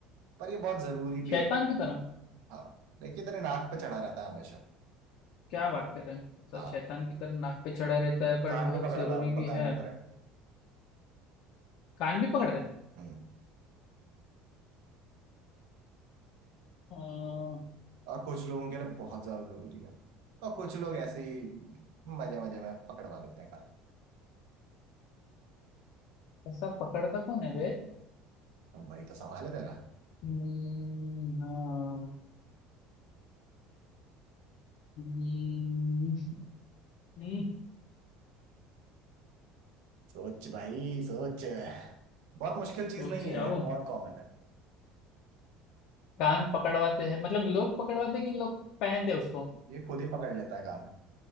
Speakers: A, on the right; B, on the left.
A: पर ये बहुत जरूरी भी
B: शैतान
A: है
B: की तरह
A: हाँ देखिए तेरे नाक पे चढ़ा रहता है हमेशा
B: क्या बात कर रहे हैं अच्छा
A: हाँ
B: शैतान की तरह नाक पे चढ़ा रहता है बट
A: कान
B: बहुत
A: भी पकड़ता
B: जरूरी
A: है
B: भी
A: बकायदा
B: है
A: तेरे
B: कान भी पकड़ता है
A: हम्म,
B: अह,
A: और कुछ लोगों के लिए बहुत ज्यादा जरूरी है और कुछ लोग ऐसे ही मजे मजे में पकड़वा देते हैं काम
B: ऐसा पकड़ता कौन है बे
A: अब वही तो सवाल है तेरा
B: हम्म, हाँ हम्म, <laughs>
A: सोच भाई सोच बहुत मुश्किल चीज
B: सोच
A: नहीं
B: ही
A: है
B: रहा
A: यार
B: हूँ
A: बहुत कॉमन है
B: कान पकड़वाते हैं मतलब लोग पकड़वाते हैं कि लोग पहनते हैं उसको
A: ये खुद ही पकड़ लेता है काम